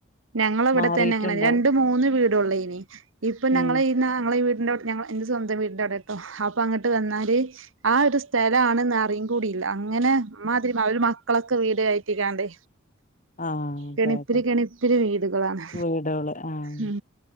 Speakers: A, on the right (about 70°); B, on the left (about 40°).
A: ഞങ്ങളവിടെ
B: മാറിയിട്ടുണ്ടാവും
A: തന്നെ അങ്ങനെ രണ്ട്, മൂന്ന് വീട് ട്ടുള്ള ഇനി ഇപ്പൊ ഞങ്ങളെ
B: ഉം
A: ഈ ന്നാ ഞങ്ങളെ ഈ വീ ന്റെ വീട്ട് ഞങ്ങളെ ഇന്റെ സ്വന്തം വീടിന്റെ അവിടെട്ടോ അപ്പൊ അങ്ങട്ട് വന്നാല് ആ ഒരു സ്ഥലാണെന്ന് അറിയം കൂടില്ല, അങ്ങനെ മാതിരി അവര് മക്കളൊക്കെ വീട് കയറ്റിക്കാണ്ട്
B: ആഹ് അതെ
A: കെണിപ്പിരി
B: അതെ
A: കെണിപ്പിരി വീടുകളാണ്,
B: വീടുകള് ആഹ്
A: മ്